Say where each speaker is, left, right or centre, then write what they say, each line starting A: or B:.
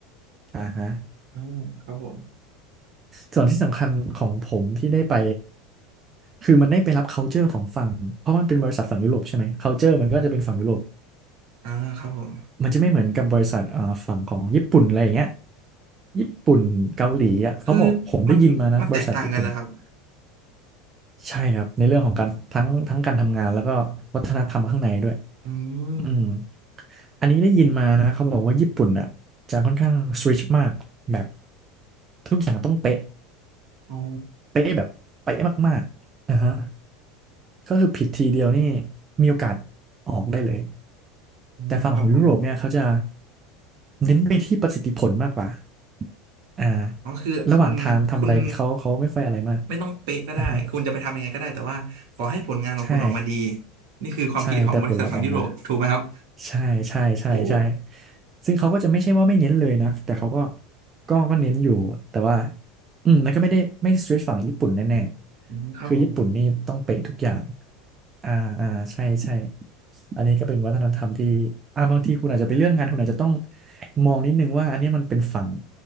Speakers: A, on the right; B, on the right.
A: อ่าฮะ
B: อ๋อครับผม
A: ส่วนที่สำคัญของผมที่ได้ไปคือมันได้ไปรับ culture ของฝั่งเพราะมันเป็นบริษัทฝั่งยุโรปใช่ไหม culture มันก็จะเป็นฝั่งยุโรป
B: อ่าครับผม
A: มันจะไม่เหมือนกับบริษัทอ่าฝั่งของญี่ปุ่นอะไรอย่างเงี้ยญี่ปุ่นเกาหลีอ่ะเขาบอกผมได้ยินมานะบริษัทญี่ปุ่น
B: คือมันมันแตกต่างกันเหรอครับ
A: ใช่ครับในเรื่องของการทั้งทั้งการทำงานแล้วก็วัฒนธรรมข้างในด้วย
B: อื
A: อืม
B: ม
A: อันนี้ได้ยินมานะเขาบอกว่าญี่ปุ่นอ่ะจะค่อนข้างสตริกมากแบบทุกอย่างต้องเป๊ะ
B: อ๋อ
A: เป๊ะแบบเป๊ะมากๆนะฮะก็คือผิดทีเดียวนี่มีโอกาสออกได้เลย
B: อืมครับผม
A: แต่ฝั่งของยุโรปเนี่ยเขาจะเน้นไปที่ประสิทธิผลมากกว่าอ่า
B: อ๋อคือคุณคุณ
A: ระหว่างทางทำอะไรเขาเขาไม่ค่อยอะไรมาก
B: ไม่ต้องเป๊ะก็ได้คุณจะไปทำยังไงก็ได้แต่ว่าขอให้ผลงานของคุณออกมาดี
A: อ่าฮะใช่
B: นี่คือความคิดของบริษัทฝั่งยุโรปถูกไหมครับ
A: ใช่แต่ผลลัพธ์ออกมาใช่ใช่ใช่ใช่
B: โอ้
A: ซึ่งเขาก็จะไม่ใช่ว่าไม่เน้นเลยนะแต่เขาก็ก็ก็เน้นอยู่แต่ว่าอืมแล้วก็ไม่ได้ไม่สตรีทฝั่งญี่ปุ่นแน่ๆคือญี่ปุ่นนี่ต้องเป๊ะทุกอย่าง
B: อืมครับผม
A: อ่าอ่าใช่ใช่อันนี้ก็เป็นวัฒนธรรมที่อ่าบางทีคุณอาจจะไปเรื่องงานคุณอาจจะต้องมองนิดนึงว่าอันนี้มันเป็นฝั่ง